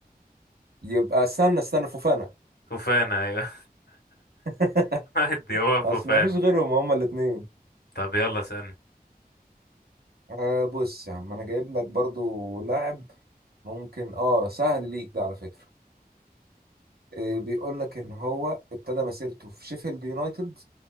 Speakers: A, on the right; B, on the left.
A: يبقى استنى استنى فوفانا
B: فوفانا ايوه
A: <laughs>
B: <laughs> ودي هو فوفانا
A: اصل ما فيش غيرهم هما الاثنين
B: طب يلا اسألني
A: آه بص يا عم انا جايب لك برضو لاعب ممكن اه سهل ليك ده على فكره إيه، بيقول لك ان هو ابتدى مسيرته في شيفيلد يونايتد